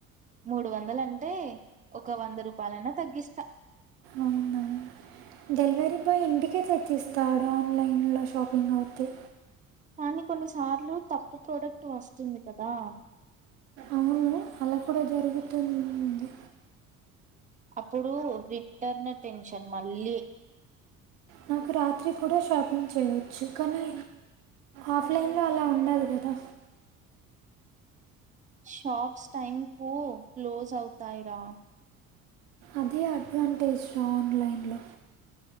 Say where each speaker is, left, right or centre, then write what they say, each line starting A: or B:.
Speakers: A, on the right (about 20°); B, on the right (about 65°).
A: మూడు వందలు అంటే ఒక్ ఒక వంద రూపాయలైనా తగ్గిస్తా
B: అవునా డెలివరీ బాయ్ ఇంటికే తెచ్చిస్తాడు ఆన్లైన్లో షాపింగ్ అవుతే
A: కానీ కొన్నిసార్లు తప్పు ప్రొడక్ట్ వస్తుంది కదా
B: అవును అలా కూడా జరుగుతుంది
A: అప్పుడు రిటర్న్ టెన్షన్ మళ్ళీ
B: నాకు రాత్రి కూడా షాపింగ్ చేయచ్చు కానీ ఆఫ్లైన్లో అలా ఉండదు కదా
A: షాప్స్ టైమ్ కు క్లోజ్ అవుతాయిరా
B: అదే అడ్వాంటేజ్ ఆన్లైన్లో